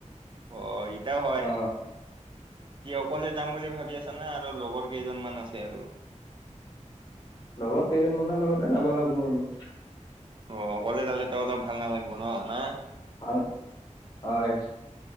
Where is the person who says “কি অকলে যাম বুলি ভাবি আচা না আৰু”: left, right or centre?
Right